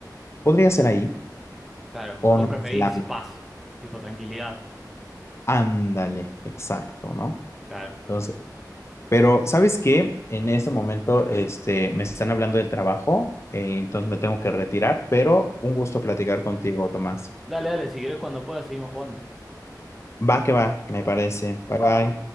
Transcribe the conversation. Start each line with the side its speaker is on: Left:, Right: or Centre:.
Left: Podría ser ahí.
Centre: claro,
Left: O
Centre: vos
Left: Nueva
Centre: preferís
Left: Zelanda.
Centre: paz, tipo tranquilidad,
Left: Ándale, exacto, ¿no?
Centre: claro.
Left: Entonces, pero ¿sabes qué? En este momento, este, me están hablando del trabajo, eh, entonces me tengo que retirar, pero un gusto platicar contigo, Tomás.
Centre: Dale, dale, si querés cuando puedas seguimos jugando.
Left: Va que va, me parece. Bye bye.